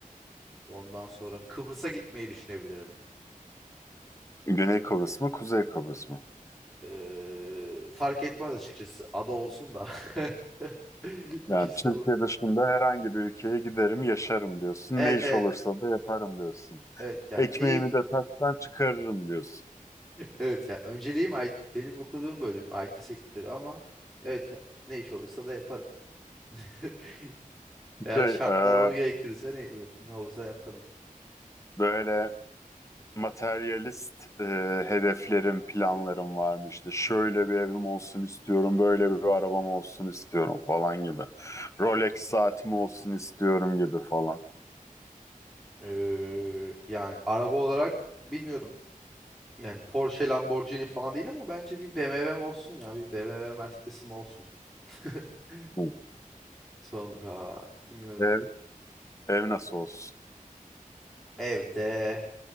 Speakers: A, in the centre; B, on the left.
A: Ondan sonra Kıbrıs'a gitmeyi düşünebilirim.
B: Güney Kıbrıs mı, Kuzey Kıbrıs mı?
A: Ee, fark etmez açıkçası. Ada olsun da. <laughs> İkisi
B: Yani Türkiye
A: de olur.
B: dışında herhangi bir ülkeye giderim, yaşarım diyorsun.
A: Evet
B: Ne iş
A: evet.
B: olursa da yaparım diyorsun.
A: Evet yani
B: Ekmeğimi
A: ne? <laughs>
B: de taştan çıkarırım diyorsun.
A: Evet ya önceliğim I- benim okuduğum bölüm IT sektörü ama evet he- ne iş olursa da yaparım. <laughs> Eğer
B: Şey,
A: şartlar
B: e,
A: onu gerektirirse hani evet, ne olursa yaparım.
B: böyle materyalist e, hedeflerim, planlarım varmıştı. Şöyle bir evim olsun istiyorum, böyle bir arabam olsun istiyorum falan gibi. Rolex saatim olsun istiyorum gibi falan.
A: Ee, yani araba olarak bilmiyorum. Yani Porsche, Lamborghini falan değil ama bence bir BMW'm olsun ya. Bir BMW Mercedes'im olsun. <laughs>
B: Hı.
A: Sonra bilmiyorum.
B: Ev, ev nasıl olsun?
A: Evde